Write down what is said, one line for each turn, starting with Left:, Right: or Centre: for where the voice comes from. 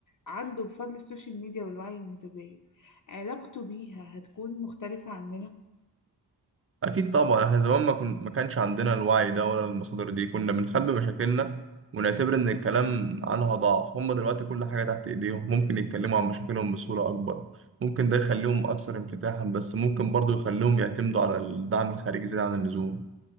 Left: عنده بفضل السوشيال ميديا والوعي المتزايد علاقته بيها هتكون مختلفة عننا؟
Right: اكيد طبعا احنا زمان ما كن... ما كانش عندنا الوعي ده ولا المصادر دي كنا بنخبي مشاكلنا ونعتبر ان الكلام عنها ضعف هم دلوقتي كل حاجة تحت ايديهم ممكن يتكلموا عن مشاكلهم بصورة اكبر ممكن ده يخليهم اكثر انفتاحا بس ممكن برضو يخليهم يعتمدوا على الدعم الخارجي زيادة عن اللزوم